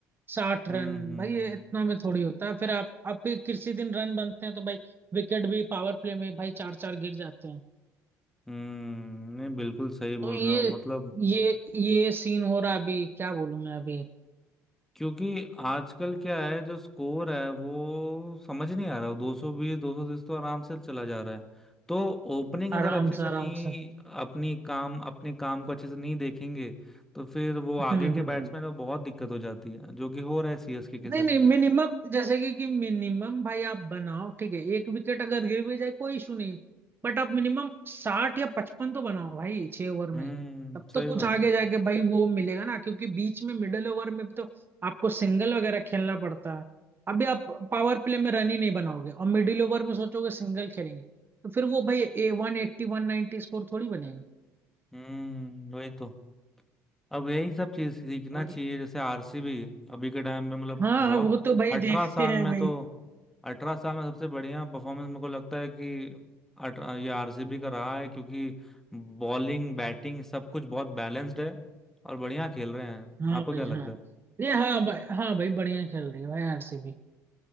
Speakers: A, on the right; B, in the centre.
A: साठ रन
B: हम्म हम्म
A: भाई ये इतना में थोड़ी होता है फिर आप आप भी किसी दिन रन बनते हैं तो भाई विकेट भी पावर प्ले में भाई चार चार गिर जाते हैं
B: हम्म, नहीं बिल्कुल सही बोल
A: तो ये
B: रहे हो आप मतलब
A: ये ये सीन हो रहा है अभी क्या बोलूं मैं अभी
B: क्योंकि आजकल क्या है जो स्कोर है वो समझ नहीं आ रहा दो सौ बीस दो सौ तीस तो आराम से चला जा रहा है तो ओपनिंग अगर
A: आराम
B: अच्छे
A: से
B: से
A: आराम
B: नहीं
A: से
B: अपनी काम अपने काम को अच्छे से नहीं देखेंगे तो फिर वो आगे
A: हम्म
B: के
A: हम्म
B: बैट्समैन
A: हम्म
B: में बहुत दिक्कत हो जाती है जो कि हो रहा है सीएसके के के
A: नहीं
B: साथ
A: नहीं मिनिमम जैसे कि कि मिनिमम भाई आप बनाओ ठीक है एक विकेट अगर गिर भी जाए कोई इशू नहीं है बट आप मिनिमम साठ या पचपन तो बनाओ भाई छह ओवर में
B: हम्म
A: तब
B: सही
A: तो कुछ
B: बात
A: आगे
B: है
A: जाके भाई वो मिलेगा ना क्योंकि बीच में मिडिल ओवर में भी तो आपको सिंगल वगैरह खेलना पड़ता है अभी आप पावर प्ले में रन ही नहीं बनाओगे और मिडिल ओवर में सोचोगे सिंगल खेलेंगे तो फिर वो भाई ए वन एट्टी वन नाइनटी स्कोर थोड़ी बनेगा
B: हम्म वही तो अब यही सब चीज सीखना
A: वही
B: चाहिए जैसे आरसीबी अभी के टाइम में मतलब
A: हाँ हाँ,
B: बहुत
A: वो तो भाई
B: अठारह
A: देखते
B: साल
A: हैं
B: में
A: भाई
B: तो अठारह साल में सबसे बढ़िया परफॉर्मेंस मेरे को लगता है कि अठारह ये आरसीबी का रहा है क्योंकि बॉलिंग बैटिंग सब कुछ बहुत बैलेंस्ड है और बढ़िया खेल रहे हैं
A: हाँ
B: आपको
A: भाई
B: क्या लगता
A: हाँ
B: है
A: ये हाँ भाई हाँ भाई बढ़िया चल रही है भाई आरसीबी